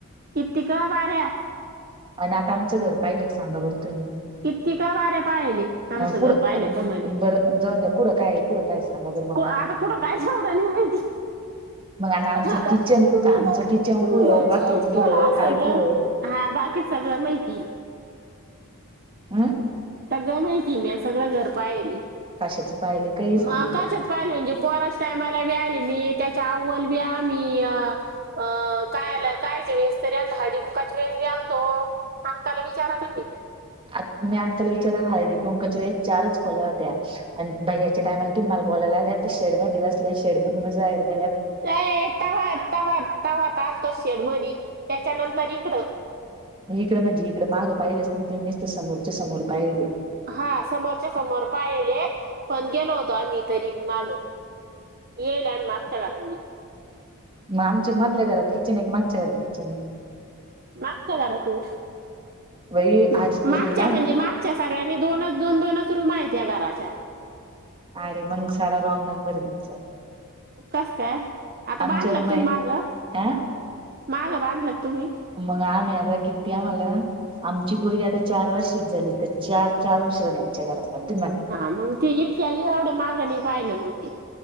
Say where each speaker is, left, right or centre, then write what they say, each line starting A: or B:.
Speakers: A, on the right; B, on the right.
A: कीतीक बऱ्या
B: आणि आता आमचं घर पाहिलं सांगा बरं तुम्ही
A: किती का बार्या पाहिले आमचं
B: अ कुठं
A: घर पाहिलं
B: अं,
A: म्हटलं
B: बरं जाऊन द्या कुठं काय आहे, कुठं काय सांगा बरं मग
A: आता
B: मला
A: कुठं काय? मा
B: मग आमचं
A: आता
B: किचन
A: तुम्ही
B: आमचं
A: जर
B: किचन
A: तुम्ही
B: कुठं
A: जर
B: बाथरूम
A: चेंज के
B: कुठं
A: असल
B: काय
A: तर
B: कुठं
A: हा बाकीच सगळं माहिती
B: हम.
A: सगळं माहिती मी सगळं घरपायली.
B: कशाचं. पाहिले काही सांगितलं
A: आकाशात पाहिले म्हणजे पोरास टायमाला बी आली मी त्याच्या अवल बी आ <inaudible> काय- काय वे तरी आण हळदी कुका वेळीस बी आणतो आक्काला विचारा तुम्ही
B: आत्याला मी आजकाल विचारा हळदी कुंकवाच्या वेळेस चारच खोल्या होत्या आणि भै्याच्या टाईला तुम्ही. बोला लाल्यात तर शेडमध्येध्ये बल्या आणि शेडमधूनच जार गे.
A: अ तव तवात तवत आलतो शेडमध्ये. त्याच्यानंतर इकडं.
B: इकडं म्हणजे इकडं मागं पाहिलंच नाही त नुसत समोरच्या समोर पाहिले.
A: हा समोरच्या समोर पाहिले पण गेलो होतो आम्ही. तरी मी <inaudible> माग‌ येल आणि मागच्या घरानी.
B: मग आमचे मधल्या घरात किचन एक मागच्या घरात किचन आहे.
A: मागच्या घरातून.
B: बाई
A: मागच्या
B: आज पोरगी काय
A: म्हणजे
B: म्हणे
A: मागच्या सगळ्यांनी दोनच- दोन दोनच. किती रुम आहेत घराच्या.
B: अरे मंग सारा रॉंग नंबर आहे तुमचा.
A: कस काय आता
B: आमच्या
A: बांधल
B: रूम
A: तुम्ही
B: आहे
A: मागं
B: अ
A: माग बांधल तुम्ही
B: मग आम्ही आता कितीती आम्हाला आमची पआता चार वर्षच झाली तर चार चार वर्ष झाली आमच्या घरात
A: हा मग ते इतक्या एवढं मागं नाही पाहिलं मग ते